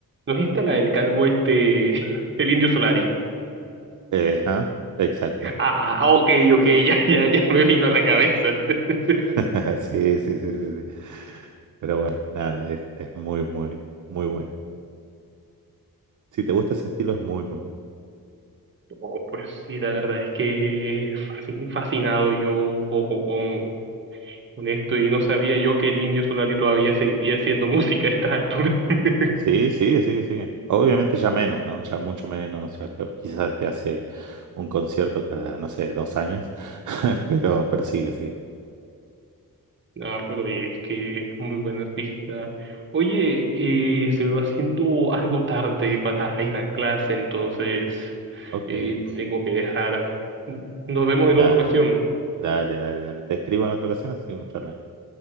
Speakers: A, on the right (about 30°); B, on the right (about 55°).
A: no es esta la del calvo este, <laughs> el Indio Solari.
B: Eh, ajá, exacto.
A: Ah, ah, ok, ok, <laughs> ya, ya, ya me vino a la cabeza. <laughs>
B: <laughs> Sí, sí, sí, sí, sí. Pero bueno, nada, es, es muy, muy, muy bueno. Si te gusta ese estilo, es muy, muy bueno.
A: Oh, pues sí, la verdad es que fascin- fascinado yo un poco con, con esto y no sabía yo que el Indio Solari todavía seguía haciendo música a estas alturas. <laughs>
B: Sí, sigue, sigue, sigue. Obviamente ya menos, ¿no? Ya mucho menos. ya que quizás te hace un concierto cada, no sé, dos años. <laughs> Pero, pero sigue, sigue.
A: Ah, pero eh, es que es muy buen artista. Oye, eh, se me va haciendo algo tarde para ir a clase, entonces
B: Ok.
A: eh, tengo que dejar. Nos vemos
B: Dale,
A: en otra ocasión.
B: dale, dale, dale. Te escribo en otra ocasión, así seguimos charlando.